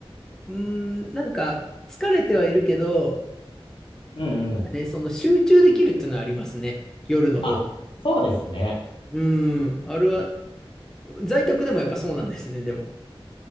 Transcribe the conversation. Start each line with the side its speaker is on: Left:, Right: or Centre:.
Centre: うーん、なんか疲れてはいるけど、
Left: うんうん。
Centre: ね、その集中できるっていうのはありますね。夜の方が。
Left: あ、そうですね。
Centre: うーん、あれは、在宅でもやっぱそうなんですね、でも。